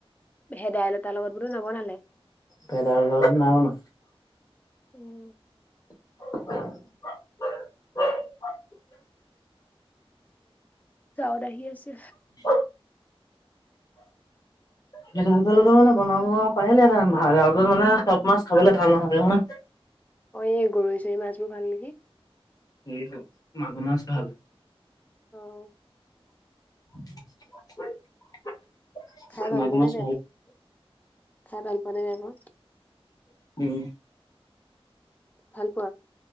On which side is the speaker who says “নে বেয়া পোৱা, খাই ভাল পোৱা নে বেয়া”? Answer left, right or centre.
Left